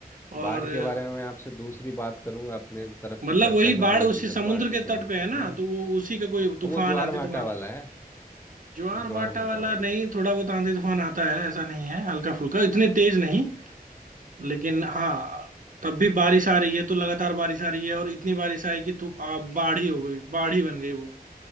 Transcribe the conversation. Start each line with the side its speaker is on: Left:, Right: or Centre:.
Right: और
Left: बाढ़
Right: अ,
Left: के बारे में मैं आपसे दूसरी बात करूंगा अपने तरफ
Right: मतलब
Left: की चर्चा
Right: वही
Left: करूंगा
Right: बाढ़ उसी
Left: कि इधर
Right: समुद्र
Left: बाढ़ में
Right: के
Left: क्या
Right: तट
Left: होता
Right: पे है
Left: है
Right: ना
Left: हाँ
Right: तो वो उसी का कोई तूफान
Left: और वो ज्वार
Right: आंधी
Left: भाटा
Right: तूफान
Left: वाला है
Right: ज्वार
Left: वो ज्वार
Right: बाटा
Left: भाटा
Right: वाला
Left: वाला
Right: नहीं थोड़ा बहुत आंधी तूफान आता है ऐसा नहीं है हल्का फुल्का इतनी तेज नहीं लेकिन
Left: <laughs>
Right: हाँ
Left: हाँ हाँ
Right: तब भी बारिश आ रही है तो लगातार बारिश आ रही है और इतनी बारिश आई कि तू आ, बाढ़ ही हो गई बाढ़ ही बन गई वो